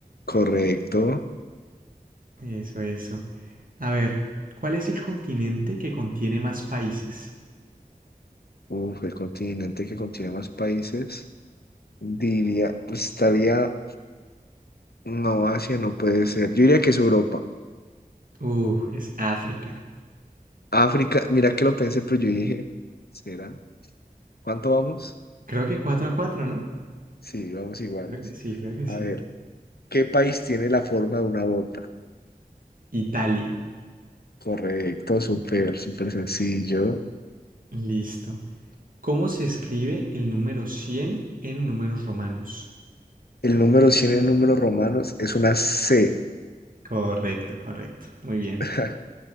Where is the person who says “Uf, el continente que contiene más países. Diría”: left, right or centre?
Left